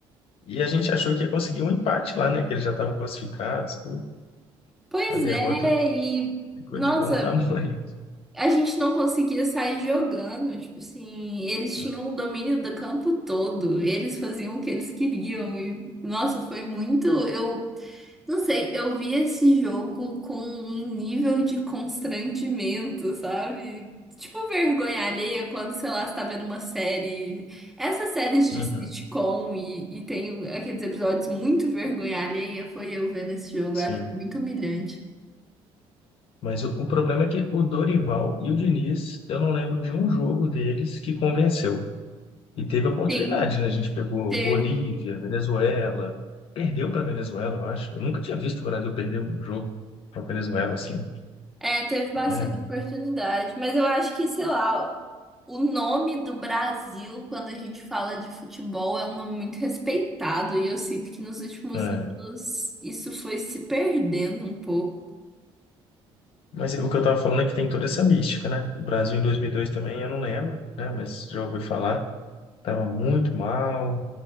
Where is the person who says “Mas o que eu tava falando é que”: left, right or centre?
Left